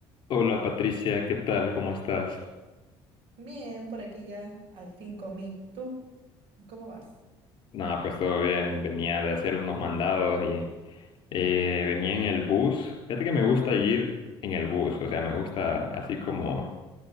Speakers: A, on the left; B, on the right.
A: Hola Patricia, ¿qué tal? ¿Cómo estás?
B: Bien, por aquí ya al fin comí. ¿Tú? ¿Cómo vas?
A: Nada, pues todo bien. Venía de hacer unos mandados y eh, venía en el bus. Fíjate que me gusta ir en el bus, o sea, me gusta así como